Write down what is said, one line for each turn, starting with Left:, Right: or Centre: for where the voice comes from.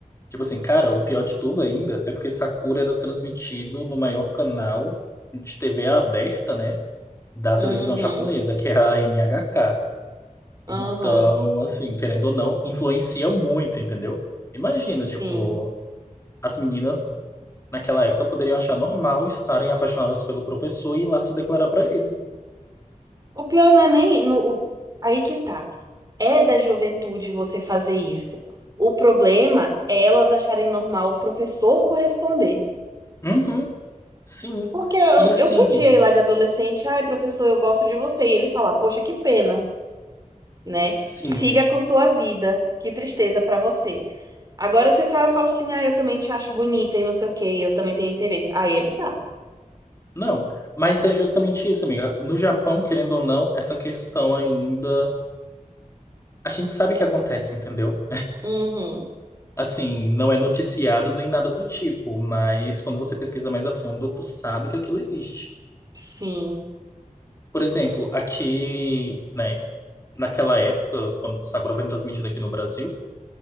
Left: tipo assim, cara, o pior de tudo ainda é porque Sakura era transmitido no maior canal de TV aberta, né, da televisão
Right: Uhum.
Left: japonesa, que é a NHK.
Right: Aham.
Left: Então, assim, querendo ou não, influencia muito, entendeu? Imagina,
Right: Sim.
Left: tipo, as meninas naquela época poderiam achar normal estarem apaixonadas pelo professor e ir lá se declarar pra ele.
Right: O pior não é nem. No, o- aí que tá. É da juventude você fazer isso. O problema é elas acharem normal o professor corresponder.
Left: Uhum, sim.
Right: Porque eu,
Left: E assim,
Right: eu podia ir lá de adolescente, ai, professor, eu gosto de você. E ele falar, poxa, que pena, né?
Left: sim.
Right: Siga com sua vida. Que tristeza pra você. Agora, se o cara fala assim, ah, eu também te acho bonita e não sei o quê, eu também tenho interesse. Aí é bizarro.
Left: Não, mas é justamente isso, amiga. No Japão, querendo ou não, essa questão ainda. A gente sabe que acontece, entendeu?
Right: Uhum.
Left: Assim, não é noticiado nem nada do tipo, mas quando você pesquisa mais a fundo, tu sabe que aquilo existe.
Right: Sim.
Left: Por exemplo, aqui, né, naquela época, quando Sakura foi transmitida aqui no Brasil,